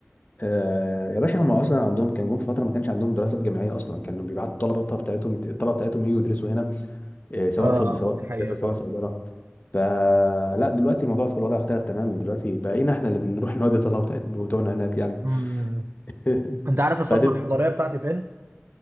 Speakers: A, on the left; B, on the right.
A: آه يا باشا هم اصلا عندهم كان جم في فتره ما كانش عندهم دراسات جامعيه اصلا كانوا بيبعتوا الطلبه بتاعتهم الطلبه بتاعتهم يجوا يدرسوا هنا إيه، سواء
B: اه آه،
A: طب سواء
B: آه، دي حقيقه
A: هندسه
B: فعلا
A: سواء صيدله فلا دلوقتي الموضوع في الوضع اختلف تماما دلوقتي بقينا احنا اللي بنروح نودي طلبه بتاعت- بتوعنا هناك يعني
B: أمم.
A: <laughs>
B: انت عارف الصدمه
A: فهتبقى
B: الحضاريه بتاعتي فين؟